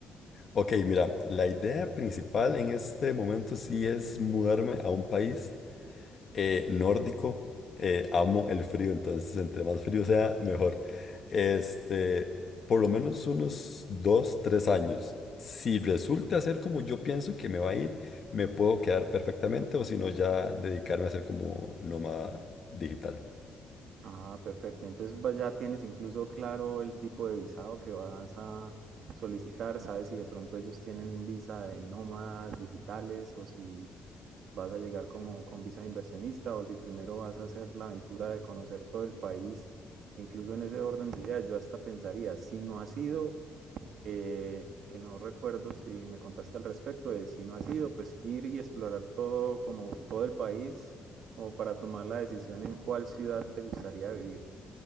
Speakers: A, on the left; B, on the right.
A: Ok, mira, la idea principal en este momento sí es mudarme a un país eh, nórdico. Eh, amo el frío, entonces entre más frío sea, mejor. Este, por lo menos unos dos, tres años. Si resulta ser como yo pienso que me va a ir, me puedo quedar perfectamente o si no ya dedicarme a ser como nómada digital.
B: Ah, perfecto. Entonces va- ya tienes incluso claro el tipo de visado que vas a solicitar, sabes si de pronto ellos tienen visa de nómadas digitales o si vas a llegar como con visa de inversionista o si primero vas a hacer la aventura de conocer todo el país. Incluso en ese orden de ideas, yo hasta pensaría, si no has ido, que, que no recuerdo si me contaste al respecto, de si no ha sido, pues ir y explorar todo, como todo el país, como para tomar la decisión en cuál ciudad te gustaría vivir,